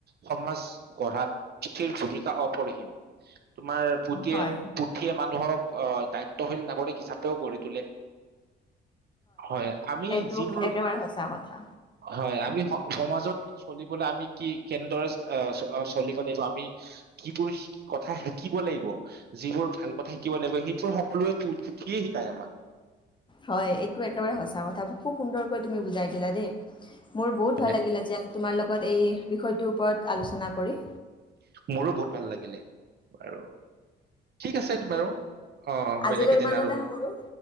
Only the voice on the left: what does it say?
হয়,
এইটো
একেবাৰে সঁচা কথা।
হয় এইটো একেবাৰে সঁচা কথা খুব সুন্দৰকৈ তুমি বুজাই দিলা দেই। মোৰ বহুত
ভাল লাগিলে যে তোমাৰ লগত এই বিষয়টোৰ ওপৰত আলোচনা কৰি।
আজিলৈ
ইমানতে
সামৰো